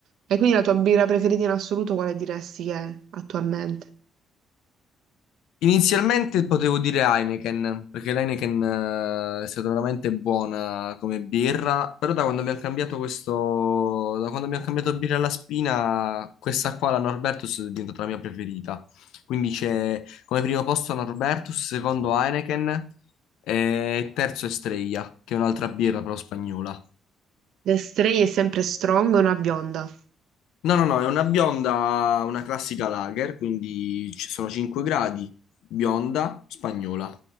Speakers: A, on the right; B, on the left.
A: E quindi la tua birra preferita in assoluto quale diresti che è attualmente?
B: Inizialmente potevo dire Heineken, perché l'Heineken eh, è stata veramente buona come birra, però da quando abbiamo cambiato questo, da quando abbiamo cambiato birra alla spina, questa qua, la Norbertus, è diventata la mia preferita. Quindi c'è come primo posto Norbertus, secondo Heineken e terzo Estrella, che è un'altra birra però spagnola.
A: The Stray è sempre strong, una bionda.
B: No, no, no, è una bionda, una classica lager, quindi ci sono 5 gradi, bionda, spagnola.